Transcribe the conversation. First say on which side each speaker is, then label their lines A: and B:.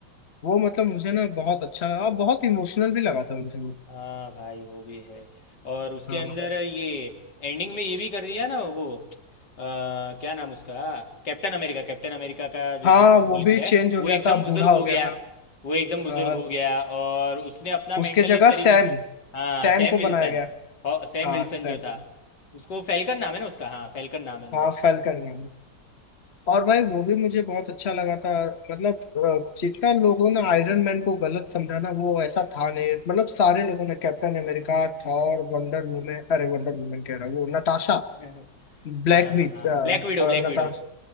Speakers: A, on the left; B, on the left.
A: वो मतलब मुझे ना बहुत अच्छा लगा बहुत इमोशनल भी लगा था मुझे वो
B: हाँ भाई वो भी है और उसके
A: हाँ
B: अंदर ये एंडिंग में ये भी कर दिया ना वो अ, क्या नाम उसका कैप्टन अमेरिका कैप्टन अमेरिका का जो
A: हाँ
B: जिसने रोल
A: वो भी
B: किया
A: चेंज
B: है
A: हो
B: वो
A: गया
B: एकदम
A: था
B: बुजुर्ग
A: बूढ़ा हो
B: हो गया
A: गया था
B: वो एकदम बुजुर्ग
A: हाँ
B: हो गया और उसने अपना मेंटल
A: उसके जगह
B: इस तरीके
A: सैम
B: से हाँ
A: सैम
B: सैम
A: को
B: विल्सन
A: बनाया गया
B: हो- सैम
A: हाँ
B: विल्सन
A: सैम
B: जो था
A: को
B: उसको फैल्कन नाम है ना उसका हाँ फैल्कन नाम है अंदर
A: हाँ फैल्कन ने और भाई वो भी मुझे बहुत अच्छा लगा था मतलब अ, जितना लोगों ने आयरन मैन को गलत समझा ना वो ऐसा था नहीं मतलब सारे लोगों ने Captain America Thor Wonder Woman अरे वंडर वुमेन कह रहा हूँ, वो नताशा
B: <laughs> हाँ
A: ब्लैक विड
B: ब्लैक विडो ब्लैक
A: नताशा
B: विडो